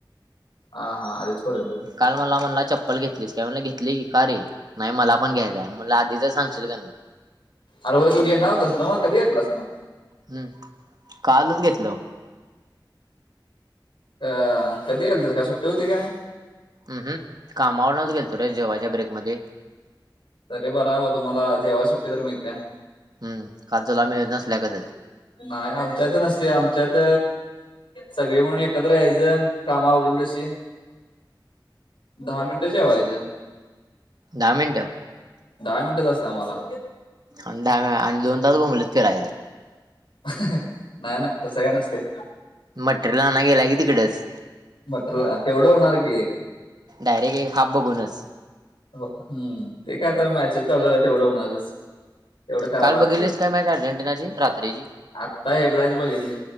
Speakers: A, on the left; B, on the right.
A: हा हा अरचपर्यंत
B: काल मला म्हणला चप्पल घेतलीस काय म्हणला घेतली की का रे नाही मला पण घ्यायचंय म्हलं आधीच सांगशील का नाही
A: अरे व तू घे नवतस ना म कधी येतलास मग
B: हम्म कालच घेतलं
A: अ कधी येल तरस का सुट्टी होती काय
B: हम् हम कामावरूनच गेलतो रे जेव्हाच्या ब्रेकमध्येध्ये
A: अरे बरवा तुम्हाला जेव्हा सुट्टी तर मिळत्या
B: हम् काजला मिळत नसल्या कतच
A: नाही आमच्यात नसते आमच्यात सगळे म्हणून एकत्र यायचं कामावरडेल तशी दहा मिनिटं जेवायचं
B: दहा मिनटं
A: दहा मिनिटांच असतं आम्हाला
B: अन दहा वेळा... अन दोन तास बोंबलत फिरायचं
A: हं... नाय नाय, तसं काय नसतंय.
B: मटेरियल आणायला गेलाय की तिकडेच
A: मटर... तेवढं होणार की?
B: डायरेक्ट एक हाप भगुनच
A: हम्म... ते काय आता... मॅचेत वगैर तेवढं होणारच तेवढं करावं
B: काल
A: लागतंय
B: बघेतलीस काय मॅच... अर्जेंटिनाची, रात्रीची
A: नाई... हेडलाईन्स बघितली...